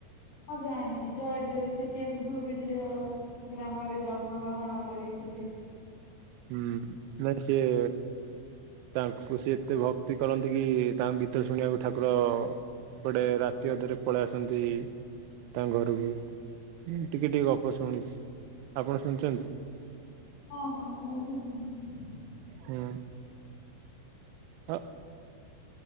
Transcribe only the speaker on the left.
ହଁ ଜାଣିଛି ଜୟଦେବ ସେ କେନ୍ଦୁ ବିଲ୍ୟ ଗ୍ରାମରେ ଜନ୍ମ ଗ୍ରହଣ କରିଥିଲେ।
ହଁ ହଁ ମୁଁ ବି ଶୁଣିଚି।